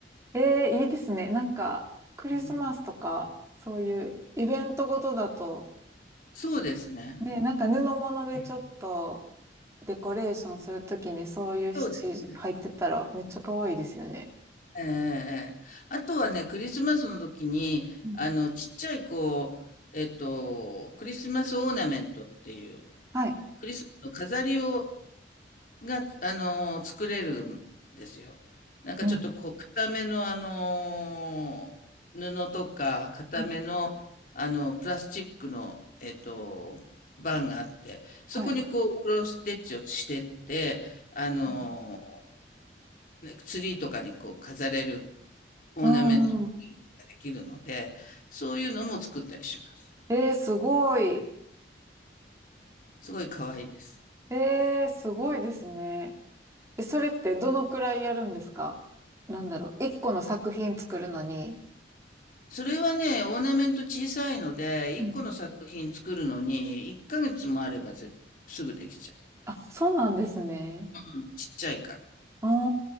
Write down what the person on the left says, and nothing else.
うん
そうですね。
うん
そうですね。ええええ。あとはね、クリスマスの時に、
あの、ちっちゃいこう、えっと、クリスマスオーナメントっていう、
クリスマスの飾りを、が、あの、作れるんですよ。なんかちょっとこう、
固めのあの、布とか、固めの、
あの、プラスチックの、えっと、バンがあって、そこにこう、
クロスステッチをしてって、あの、
ねツリーとかにこう飾れるオーナメント
ができるので、そういうのも作ったりします。
すごい可愛いです。
それはね、オーナメント小さいので、1個の作品作るのに、
1ヶ月もあればぜすぐできちゃ
う。うん、ちっちゃいから。